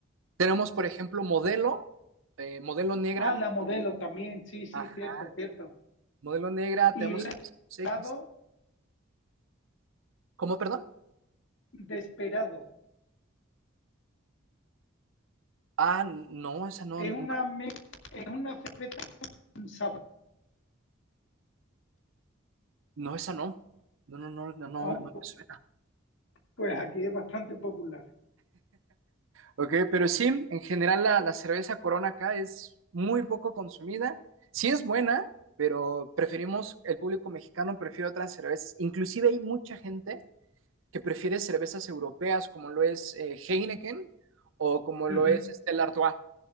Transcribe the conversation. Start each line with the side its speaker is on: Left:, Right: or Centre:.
Right: Tenemos, por ejemplo, modelo, eh, modelo negra,
Left: a la modelo también? Sí, sí,
Right: Ajá.
Left: cierto, cierto.
Right: modelo negra,
Left: Y
Right: tenemos
Left: le he
Right: Arcos X.
Left: dado
Right: ¿Cómo, perdón?
Left: desperado.
Right: Ah, no, esa no,
Left: Es
Right: no,
Left: una, me- es una cerveza con sabor.
Right: no, esa no. No, no, no, no, no,
Left: Oh,
Right: no me suena.
Left: Pues aquí es bastante popular.
Right: Ok, pero sí, en general la, la cerveza Corona acá es muy poco consumida. Sí es buena, pero preferimos, el público mexicano prefiere otras cervezas. Inclusive hay mucha gente que prefiere cervezas europeas como lo es eh, Heineken o como
Left: Ujú.
Right: lo es este, el Artois.